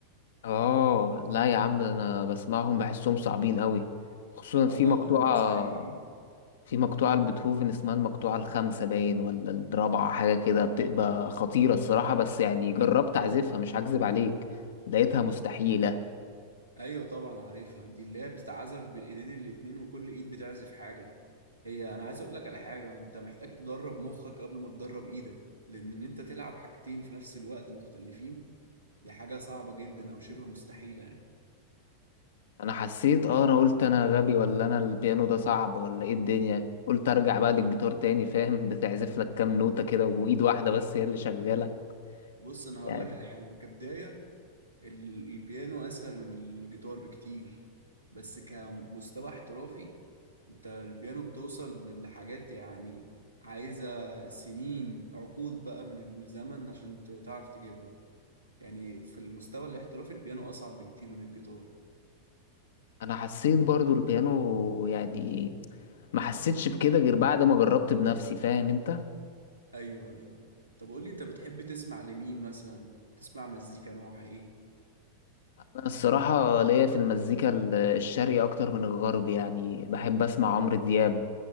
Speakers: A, on the left; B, on the right.
A: اه لا يا عم انا بسمعهم بحسهم صعبين قوي خصوصا
B: اه
A: في
B: لا
A: مقطوعة
B: دول المستحيلين
A: في مقطوعة لبيتهوفن اسمها المقطوعة الخامسة باين ولا الرابعة حاجة كده بتبقى خطيرة الصراحة بس يعني جربت اعزفها مش هكذب عليك لقيتها مستحيلة
B: ايوه طبعا عارفها دي اللي هي بتتعزف بالايدين الاتنين وكل ايد بتعزف حاجة هي انا عايز اقول لك على حاجة انت محتاج تدرب مخك قبل ما تدرب ايدك لان ان انت تلعب حاجتين في نفس الوقت مختلفين دي حاجة صعبة جدا او شبه مستحيلة يعني
A: انا حسيت اه انا قلت انا غبي ولا انا البيانو ده صعب ولا ايه الدنيا قلت ارجع بقى للجيتار تاني فاهم <laughs> بتعزف لك كام نوتة كده وايد واحدة بس هي اللي شغالة
B: بص انا هقول
A: يعني
B: لك على حاجة كبداية ال- البيانو اسهل من الجيتار بكتير بس كمستوى احترافي انت البيانو بتوصل لحاجات يعني عايزة سنين عقود بقى من الزمن عشان ت- تعرف تجيبها يعني في المستوى الاحترافي البيانو اصعب بكتير من الجيتار
A: انا حسيت برضو البيانو يعني ما حسيتش بكده غير بعد ما جربت بنفسي فاهم انت
B: ايوه ايوه طب قولي انت بتحب تسمع لمين مثلا تسمع مزيكا نوعها ايه
A: انا الصراحة ليا في المزيكا ال- الشرقي اكتر من الغرب يعني بحب اسمع عمرو دياب